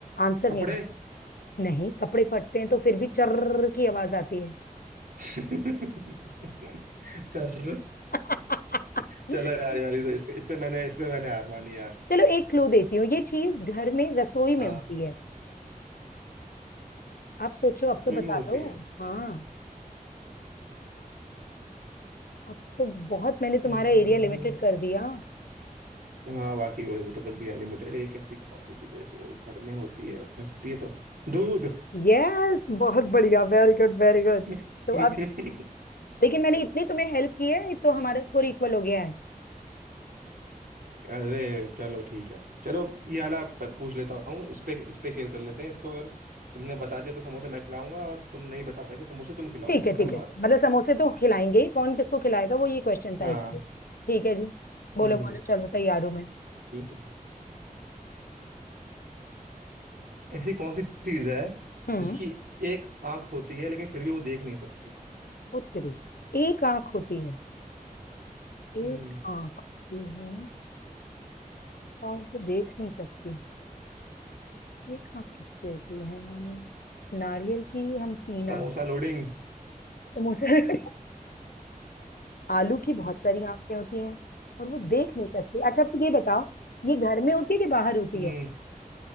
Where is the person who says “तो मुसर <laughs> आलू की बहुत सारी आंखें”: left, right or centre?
Left